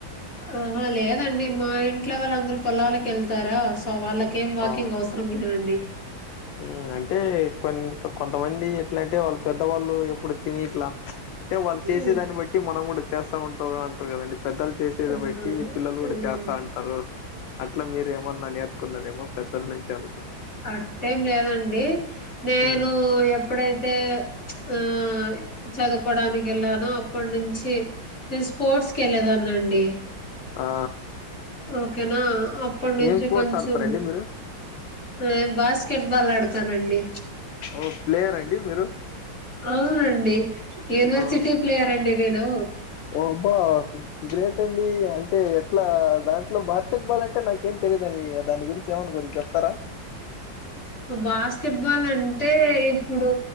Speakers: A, on the left; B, on the left.
A: ఆహ లేదండి మా ఇంట్లో వాళ్ళందరు పొలాలకి వెళ్తారా సో వాళ్ళకి ఏం వాకింగ్
B: ఆ
A: అవసరం లేదండి
B: ఉమ్ అంటే కొంత్ కొంతమంది ఎట్లంటే వాళ్ళు పెద్దవాళ్ళు ఎప్పుడు తిని ఇట్లా అంటే వాళ్ళు చేసేదాన్ని
A: హ్మ్.
B: బట్టి మనం కూడా చేస్తా ఉంటారు అంటారు కదండి పెద్దలు చేసేది
A: ఆహా
B: బట్టి పిల్లలు కూడా
A: లేదు
B: చేస్తా అం హలో అట్లా మీరేమన్నా నేర్చుకున్నరేమో పెద్దల నుంచి అనుకున్న
A: అటా ఏం లేదండి నేను
B: ఉమ్.
A: ఎప్పుడైతే ఆ చదువుకోవడానికి వెళ్ళాను అప్పటి నుంచి నేను స్పోర్ట్స్ కి వెళ్ళెదాన్నండి
B: ఆ
A: ఓకేనా అప్పటి నుంచి
B: ఏం స్పోర్ట్స్
A: కొంచెం
B: ఆడతారండి మీరు
A: మేం బాస్కెట్ బాల్ ఆడతానండి
B: ఓ ప్లేయర్ అండి మీరు
A: అవునండి యూనివర్సిటీ
B: ఆ
A: ప్లేయర్ రండి నేను
B: ఓ అబ్బా గ్రేట్ అండి అంటే ఎట్లా దాంట్లో బాస్కెట్ బాల్ అంటే నాకేం తెలియద దండి దాని గురించి ఏమనుకో చెప్తారా
A: బాస్కెట్ బాల్ అంటే ఇప్పుడు